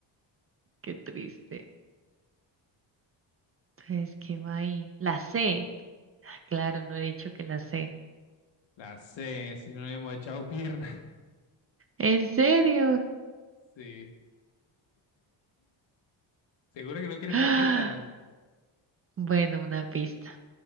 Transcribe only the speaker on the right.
Qué triste. Entonces, ¿qué va ahí? La C. Ah, Claro, no he dicho que la C.
¿En serio?
¡Ah!
Bueno, una pista.